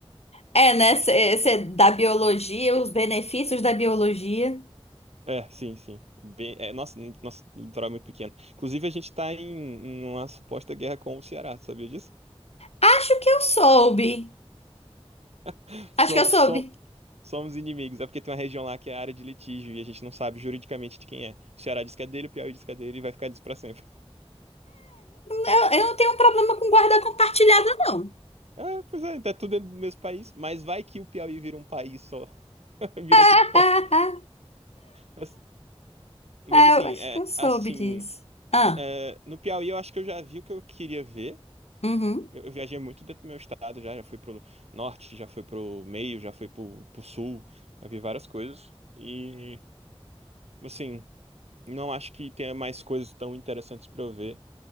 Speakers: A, on the left; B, on the right.
A: É, né? Cê, cê- da biologia, os benefícios da biologia.
B: É, sim, sim. Bem... É, nossa, n- nosso litoral é muito pequeno. Inclusive, a gente tá em em uma suposta guerra com o Ceará, sabia disso?
A: Acho que eu soube.
B: <laughs> So-
A: Acho que eu soube.
B: so- Somos inimigos, é porque tem uma região lá que é área de litígio e a gente não sabe juridicamente de quem é. O Ceará diz que é dele, o Piauí diz que é dele e vai ficar disso pra sempre.
A: Eu, eu não tenho problema com guarda compartilhada, não.
B: É, pois é, tá tudo dentro do mesmo país, mas vai que o Piauí vira um país só. <laughs> Virou
A: <laughs>
B: tipo. pó. Mas mas
A: É,
B: assim,
A: eu acho
B: é,
A: que eu soube
B: assim,
A: disso. Ah.
B: é, no Piauí eu acho que eu já vi o que eu queria ver.
A: Uhum.
B: Eu, eu viajei muito dentro do meu estado, já, já fui pro norte, já fui pro meio, já fui pro, pro sul, já vi várias coisas. E, assim, não acho que tenha mais coisas tão interessantes pra eu ver.